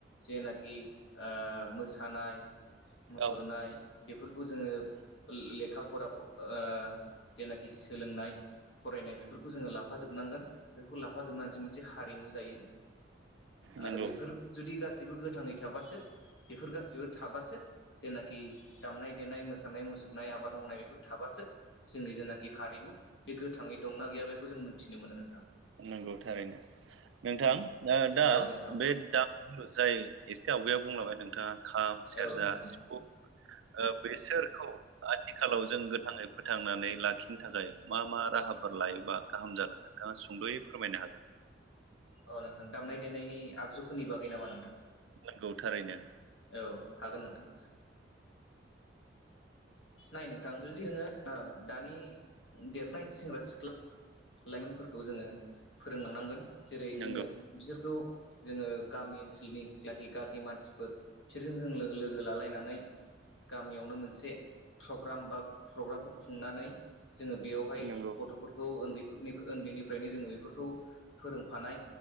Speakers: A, on the left; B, on the right.
A: जेनाखि ओ मोसानाय मुसुरनाय
B: औ
A: बेफोर खौ जोङो लेखा फरा ओ जेनाखि सोलोंनाय फरायनाय बेफोरखौ जोङो लाफाजोबनांगोन बेफोरखौ लाफाजोबनानैसो मोनसे हारिमु जायो।
B: नंगौ
A: आरो बेफोर जुदि गासै गासिबो गोथाङै थाबासो बेफोर गासिबो थाबासो जेनाखि दामनाय देनाय मोसानाय मुसुरनाय आबाद मावनाय बेफोर थाबासो जोंनि जेनाखि हारिमु बे गोथाङै दंना गैया बेखौ जों मोनथिनो मोनो नोंथां
B: नंगौ थारैनो नोंथां दा
A: औ नोंथां
B: बे दाम जाय एसे आवगायाव बुंलांबाय नोंथाङा खाम सेरजा
A: औ नोंथां
B: सिफुं बेसोरखौ आथिखालाव जों गोथाङै फोथांनानै लाखिनो थाखाय मा मा राहाफोर लायोबा गाहाम जागोन नोंथाङा सुंद'यै फोरमायनो हागोन
A: अ नोंथां दामनाय देनायनि आगजुफोरनि बागै नामा नोंथां
B: नंगौ थारैनो
A: औ हागोन नोंथां नाय नोंथां जुदि जोङो दानि देरफुनाय सेंग्रा सिख्ला लाइमोनफोरखौ जोङो फोरोंलांनांगोन जेरै
B: नंगौ
A: जोङो बिसोरखौ जोङो गामि ओनसोलनि जेनाखि गागि मानसिफोर बिसोरजों जों लोगो लालायनानै गामियावनो मोनसे प्रग्राम बा प्रग्रामखो खुं- नानै जोङो बेयावहाय
B: नंगौ
A: गथ'फोरखौ उन्दै नि उन्दैनिफ्रायनो जोङो बेफोरखौ फोरोंफानाय